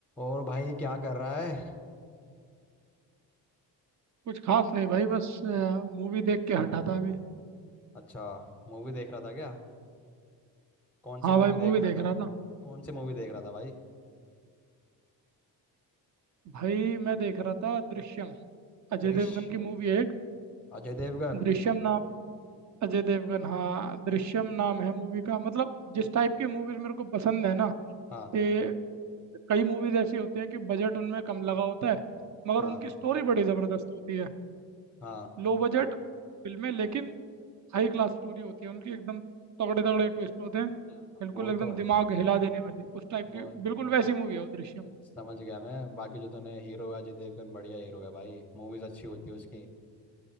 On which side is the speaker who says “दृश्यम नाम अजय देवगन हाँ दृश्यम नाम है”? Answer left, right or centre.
Right